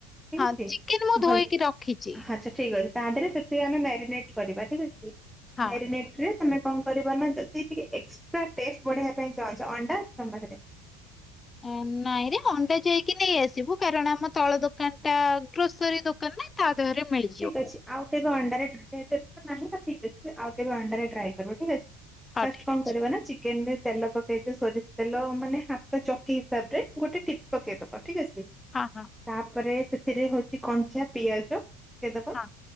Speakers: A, in the centre; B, on the left (about 25°).
A: ଠିକ
B: ହଁ
A: ଅଛି
B: ଚିକେନ ମୁଁ ଧୋଇକି
A: ଭଲ
B: ରଖିଛି।
A: ଆଛା ଠିକ ଅଛି। ତା ପରେ ସେଥିରେ ଆମେ ମ୍ୟାରିନେଟ କରିବା ଠିକ ଅଛି
B: ହଁ।
A: ମ୍ୟାରିନେଟ ରେ ତମେ କଣ କରିବ ନା ଯଦି ଟିକେ ଏକ୍ସଟ୍ରା ଟେଷ୍ଟ ବଢେଇବା ପାଇଁ ଚାହୁଁଛ ଅଣ୍ଡା ତମ୍ ପାଖରେ
B: ଆ ନାଇଁରେ ଅଣ୍ଡା ଯାଇକି ନେଇ ଆସିବୁ କାରଣ ଆମ ତଳ ଦୋକାନ ଟା ଗ୍ରୋସରୀ ଦୋକାନ ନା। ତା ଦେହରେ ମିଳି
A: ଠିକ୍ ଅଛି ଆଉ କେବେ ଅଣ୍ଡାରେ ନିହାତି ଏବେତ ନାହିଁ ଠିକ ଅଛି ଆଉ କେବେ ଅଣ୍ଡାରେ ଟ୍ରାଏ କରିବ ଠିକ ଅଛି
B: ହଉ
A: ଫାଷ୍ଟ
B: ଠିକ
A: କଣ
B: ଅଛି
A: କରିବ ନା ଚିକେନ ରେ ତେଲ ପକେ ସେଇଥିରେ ସୋରିଷ ତେଲ ମାନେ ହାତ ଚକି ହିସାବ ରେ ଗୋଟେ ଟିପ ପକେଇଦବା ଠିକ ଅଛି।
B: ହଁ ହଁ।
A: ତାପରେ ସେଥିରେ ହଉଛି କଞ୍ଚା ପିଆଜ ପକେଇଦବା।
B: ହଁ।